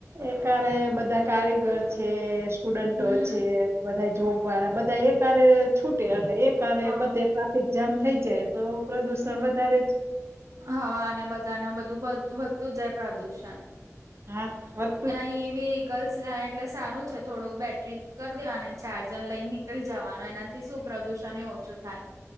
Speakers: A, on the right; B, on the right.
A: એકારે બધા કારીગર છે. સ્ટુડન્ટો
B: હમ
A: છે બધા જોબ વાળા બધા એકારે છૂટે એટલે
B: તો
A: એ બધ જામ થઈ જાય તો પ્રદુષણ વધારે જ
B: હવા અને બધાર ન બધું વધતું જાય પ્રદુષણ
A: હા હોત
B: આ ઈવી વકલ્સ એટલે સારું છે, થોડું બેટરી કરી દેવાનું ચાર્જર લઈને નીકળી જવાનું એના થી શું પ્રદૂષણ એ ઓછું થાય.